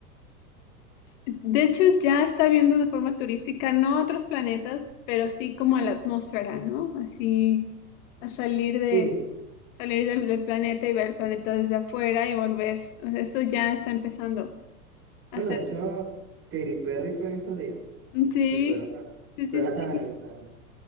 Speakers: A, on the left (about 55°); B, on the right (about 30°).
A: De hecho, ya está viendo de forma turística, no a otros planetas, pero sí como a la atmósfera, ¿no? Así, a salir de,
B: Sí,
A: salir del, del planeta y ver el planeta desde afuera y volver. O sea, Eso ya está empezando a
B: bueno,
A: hacer.
B: de hecho, Katy Perry fue en estos días.
A: Sí,
B: <laughs> Suena,
A: sí,
B: suena
A: sí,
B: tan, tan,